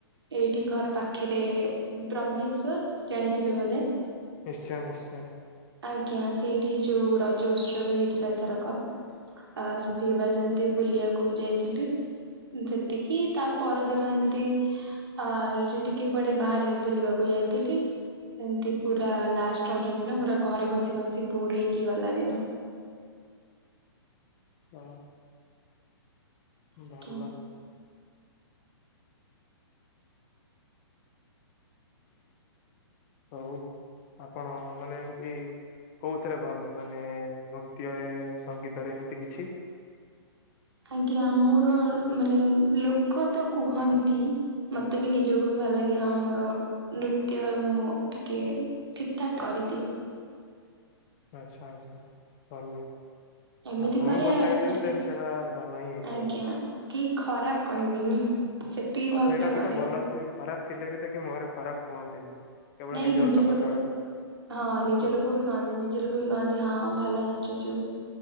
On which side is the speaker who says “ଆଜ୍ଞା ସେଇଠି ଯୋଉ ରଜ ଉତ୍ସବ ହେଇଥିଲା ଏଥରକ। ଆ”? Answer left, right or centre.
Right